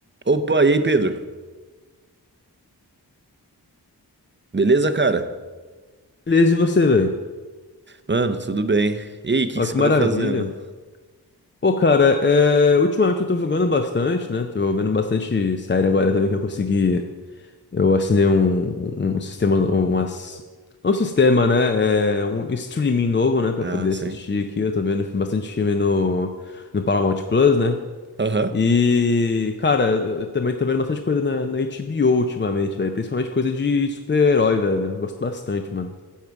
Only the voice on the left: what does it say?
Beleza, e você, velho?
Ó,
que maravilha.
Pô, cara, é... ultimamente eu tô jogando bastante, né? Tô vendo bastante série agora também que eu consegui. Eu assinei um, um um sistema, umas. Não um sistema, né? É um streaming novo, né? Pra
poder
assistir aqui. Eu tô vendo bastante filme no, no Paramount Plus, né?
E, cara, eu também tô vendo bastante coisa na, na HBO ultimamente, velho. Principalmente coisa de super-herói, velho. Eu gosto bastante, mano.